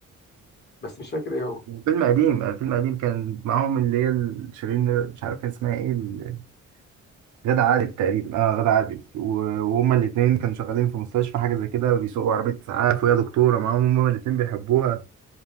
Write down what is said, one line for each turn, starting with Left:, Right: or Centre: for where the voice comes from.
Left: بس مش فاكر ايه هو
Right: فيلم قديم آه، فيلم قديم كان معاهم اللي هي ال- شيرين مش عارف كان اسمها ايه ال- غادة عادل تقريبا اه غادة عادل و- وهما الاتنين كانوا شغالين في مستشفى حاجة زي كده بيسوقوا عربية إسعاف وهي دكتورة معاهم هما الاتنين بيحبوها